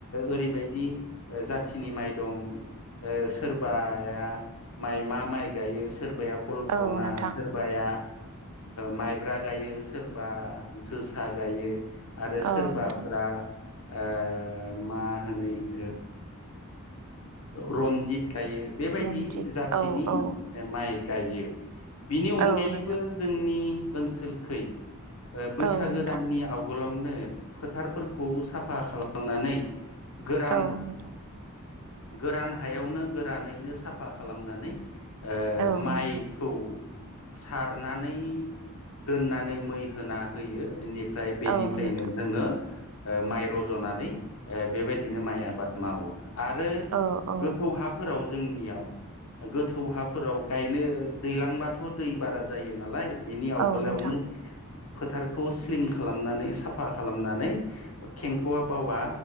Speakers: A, on the left; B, on the right.
A: ओरैबायदि जाथिनि माइ दं सोरबाया माइ मा माइ गायो सोरबाया कल्पना
B: औ नोंथां
A: सोरबाया माइब्रा गायो सोरबा जोसा गायो आरो
B: औ
A: सोरबाफ्रा
B: नोंथां
A: ओ मा होनो ओ रन्जित गायो बेबायदि
B: रनजित
A: जाथिनि
B: औ औ
A: माइ गायो बिनि अनगायैबो
B: औ नोंथां
A: जोंनि ओनसोलखै बैसागो
B: औ नोंथां
A: दाननि आवगोलाव नो फोथारफोरखौ साफा खालामनानै गोरान
B: <inaudible>
A: गोरान हायावनो गोरानैनो साफा खालामनानै ओ
B: औ
A: माइखौ
B: नोंथां
A: सारनानै दोननानै मै होना होयो इनि फ्राय बेनिफ्रायनो
B: औ नोंथां
A: नोंङो ओ माइ रज'नानै ओ बेबायदिनो माइ आ बाद मावो आरो
B: औ औ
A: गोथौ हाफोराव जोंनियाव गोथौ हाफोराव गायनो दैलांबाथ' दै बारा जायो नालाय बिनि आवगोलायावनो
B: औ नोंथां
A: फोथारखौ स्लिम खालामनानै साफा खालामनानै खेंखआ बावा